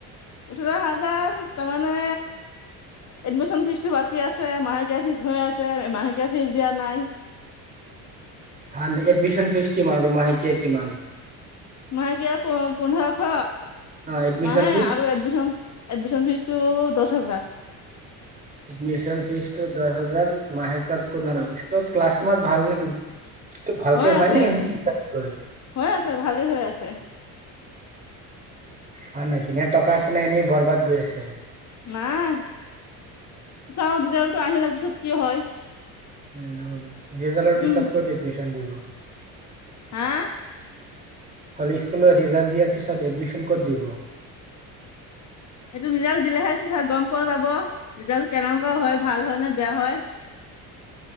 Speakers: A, on the left (about 40°); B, on the right (about 20°).
A: ওঠৰ হাজাৰ তাৰমানে এডমিশ্যন ফিজটো বাকী আছে, মাহেকীয়া ফিজ হৈ আছে, মাহেকীয়া ফীজ দিয়া নাই।
B: <unintelligible> এডমিশন ফিচ কিমান আৰু মাহেকীয়া কিমান?
A: মাহেকীয়া প পোন্ধৰশ
B: অ এডমিশন
A: মাহে
B: ফিজ
A: আৰু এডমিশন এডমিশন ফিজ টো দহ হাজাৰ।
B: এডমিশন ফিজটো দহ হাজাৰ, মাহেকত পোন্ধৰ স্কুলত ক্লাছ মাছ ভাল নেকি? ভালকে
A: হৈ
B: হয়
A: আছে
B: নে <unintelligible>
A: হৈ আছে ভালেই হৈ আছে।
B: হয় নেকি নে টকা খিনি এনেই বৰবাদ গৈ আছে।
A: নাই যাও <unintelligible> আহে পিছত কি হয়।
B: <unintelligible> ৰিজালৰ পিছত
A: উম
B: ক'ত এডমিচন দিব?
A: হা
B: হ'লে স্কুলত ৰিজাল্ট দিয়াৰ পিছত এডমিশন ক'ত দিব?
A: এইটো ৰিজাল্ট দিলেহে পিছত গম পোৱা যাব ৰিজাল্টো কেনেকুৱা হয় ভাল হয় নে বেয়া হয়।